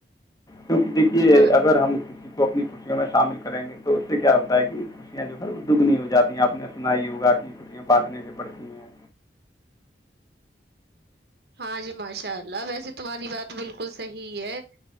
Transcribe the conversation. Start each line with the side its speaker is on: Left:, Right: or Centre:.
Left: کیونکہ دیکھیے
Right: ہاں
Left: اگر ہم کسی کو اپنی کسیوں میں شامل کریں گے تو اس سے کیا ہوتا ہے کہ کسیاں جو ہے دگنی ہو جاتی ہیں آپ نے سنا ہی ہوگا کہ کٹیاں بانٹنے سے پڑتی ہیں
Right: ہاں جی ماشاء اللہ ویسے تمہاری بات بالکل صحیح ہے